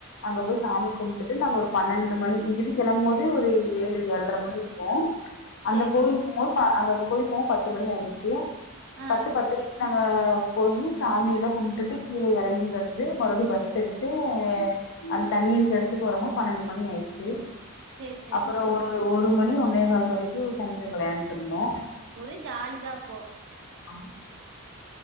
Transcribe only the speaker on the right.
சேரி
ஆ
சேரி சேரி
ஒரே ஜாலி தா அப்போ